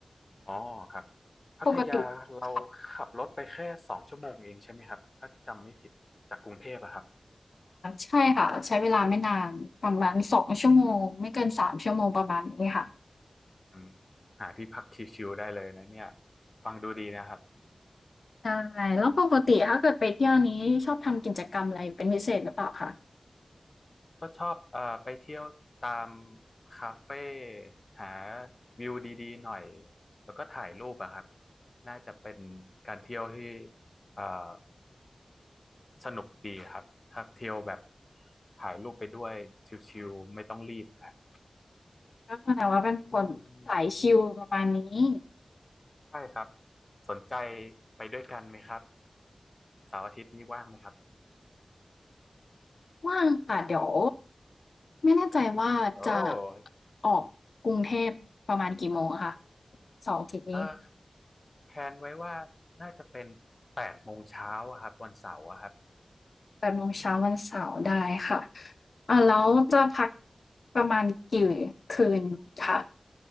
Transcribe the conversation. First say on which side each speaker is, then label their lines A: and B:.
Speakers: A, on the left (about 40°); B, on the left (about 75°).
A: อ๋อครับพัทยาเราขับรถไปแค่สองชั่วโมงเองใช่ไหมครับถ้าจำไม่ผิดจากกรุงเทพอะครับ
B: ปกติค่ะใช่ค่ะใช้เวลาไม่นานประมาณสองชั่วโมงไม่เกินสามชั่วโมงประมาณนี้ค่ะ
A: อืมอืมหาที่พักชิลๆได้เลยนะเนี่ยฟังดูดีนะครับ
B: ใช่แล้วปกติถ้าเกิดไปเที่ยวนี้ชอบทำกิจกรรมอะไรเป็นพิเศษหรือเปล่าคะ
A: ก็ชอบเอ่อไปเที่ยวตามคาเฟ่หาวิวดีๆหน่อยแล้วก็ถ่ายรูปอะครับน่าจะเป็นการเที่ยวที่เอ่อสนุกดีครับถ้าเที่ยวแบบถ่ายรูปไปด้วยชิลๆไม่ต้องรีบครับ
B: ก็แสดงว่าเป็นคนสายชิลประมาณนี้
A: อืมใช่ครับสนใจไปด้วยกันไหมครับเสาร์อาทิตย์นี้ว่างไหมครับ
B: ว่างค่ะเดี๋ยวไม่แน่ใจว่าจะ
A: โอ้
B: ออกกรุงเทพประมาณกี่โมงอะคะเสาร์อาทิตย์นี้
A: เออแพลนไว้ว่าน่าจะเป็นแปดโมงเช้าอะครับวันเสาร์อะครับ
B: 8โมงเช้าวันเสาร์ได้ค่ะ
A: อืม
B: อ่าแล้วจะพักประมาณกี่คืนคะ